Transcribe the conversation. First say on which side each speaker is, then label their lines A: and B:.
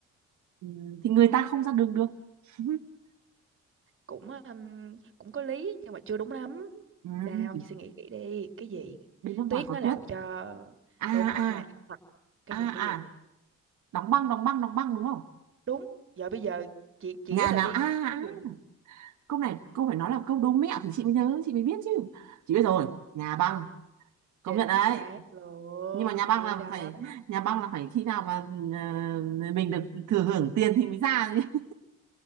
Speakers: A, on the right; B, on the right.
A: ừ, thì người ta không ra đường được <laughs>
B: cũng um, cũng có lý nhưng mà chưa đúng lắm
A: ừ
B: sao suy nghĩ kỹ đi cái gì
A: bên nước ngoài
B: tuyết
A: có
B: nó làm
A: tuyết
B: cho
A: à à
B: đúng hoặc nè hoặc cái
A: à
B: gì cái gì
A: à đóng băng đóng băng đóng băng đúng không
B: đúng giờ bây giờ chị chị
A: nhà
B: ghép lại
A: nào
B: đi
A: à, à
B: cái gì
A: câu này câu phải nói là câu đố mẹo thì chị mới nhớ chị mới biết chứ chị biết rồi nhà băng công
B: chính
A: nhận đấy
B: xác luôn
A: nhưng mà nhà
B: hay
A: băng là
B: đó
A: phải nhà băng là phải khi nào mà ờ, mình được thừa hưởng tiền thì mới ra chứ.